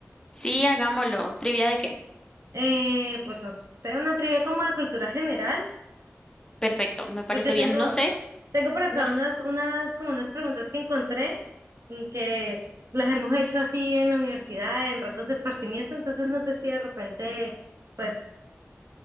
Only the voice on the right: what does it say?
Eh, pues no sé, una trivia como de cultura general
Pues yo
tengo,
tengo por acá
unas, unas, como unas preguntas que encontré, mm, que las hemos hecho así en la universidad, en ratos de esparcimiento, entonces no sé si de repente, pues,